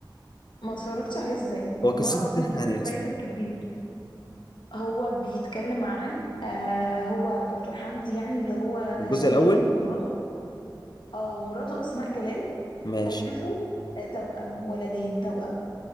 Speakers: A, on the left; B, on the left.
A: ما اتفرجتش عليه ازاي والله
B: هو قصته
A: العظيم
B: بتحكي
A: بجد
B: عن ايه
A: فايتك
B: اصلا
A: كتير هو بيتكلم عن آه هو دكتور حمدي يعني اللي هو هشام
B: الجزء الاول
A: ماجد ومراته اه ومراته أسماء جلال
B: ماشي
A: خلفوا آه، توأم ولدين توأم